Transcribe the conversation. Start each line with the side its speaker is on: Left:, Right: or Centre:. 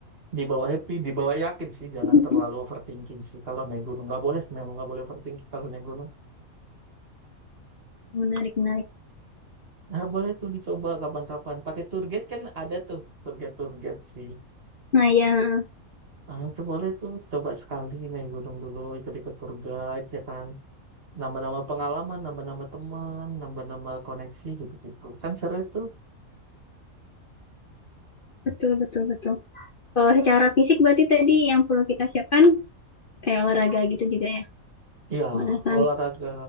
Right: dibawa happy dibawa yakin sih jangan
Left: <laughs>
Right: terlalu overthinking sih kalau naik gunung nggak boleh memang nggak boleh overthinking kalau naik gunung
Left: menarik menarik
Right: nah boleh tuh dicoba kapan-kapan pakai tour guide kan ada tuh tour guide tour guide sih
Left: nah ya
Right: ah itu boleh tuh coba sekali naik gunung dulu itu ikut tour guide ya kan nambah-nambah pengalaman nambah-nambah teman nambah-nambah koneksi gitu-gitu kan seru itu
Left: betul betul betul kalau secara fisik berarti tadi yang perlu kita siapkan kayak olahraga gitu juga ya
Right: ya
Left: pemanasan
Right: olahraga